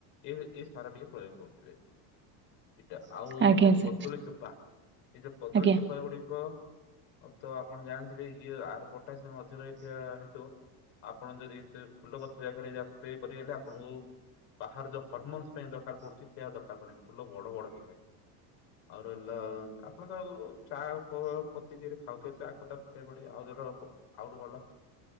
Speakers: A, on the left; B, on the right.
A: ଏ ଏ ସାର ଟିକେ ପ୍ରୟୋଗ କରୁଥିବେ। ଏଇଟା ଆଉ
B: ଆଜ୍ଞା
A: ରହିଲା
B: ସାର୍
A: କଦଳୀ ଚୋପା ଏଇ ଯୋଉ କଦଳୀ
B: ଆଜ୍ଞା
A: ଚୋପା ଗୁଡିକ ତ ଆପଣ ଜାଣିଥିବେ ଇଏ ଆର କୋଟା ସ ଅଧିକ ହେଇଥିବା ହେତୁ ଆପଣ ଯଦି ଫୁଲ ଗଛ ଜାଗାରେ ଯଦି ସ୍ପ୍ରେ କରିଦେଲେ ଆପଣଙ୍କୁ ବାହାରେ ଯୋଉ ହରମୋନ୍ସ ପାଇଁ ଦରକାର ପଡୁଛି ସିଏ ଦରକାର ପଡିବନି ଫୁଲ ବଡ ବଡ ହେଇଥାଏ। ଆଉ ରହିଲା ଆପଣ ତ ଚା ପତି ଯଦି ଖାଉଥିବେ ଚା ଖ ସେପ ଆଉ ତଟ ଆଉଠୁ ଭଲ